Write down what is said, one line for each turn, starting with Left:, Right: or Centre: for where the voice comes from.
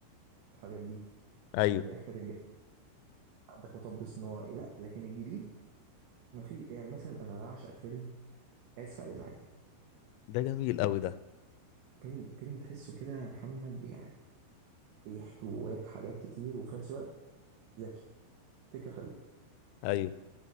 Right: الحاجات دي
Left: ايوه
Right: من الحاجات الجامدة عندك مطب صناعي لا لكن الجديد ما في يعني مثلا انا بعشق فيلم اسف على الازعاج
Left: ده جميل قوي ده
Right: فيلم فيلم تحسه كده يا محمد يعني بيحكي جواك حاجات كتير وفي نفس الوقت ذكي فكره حلوه
Left: ايوه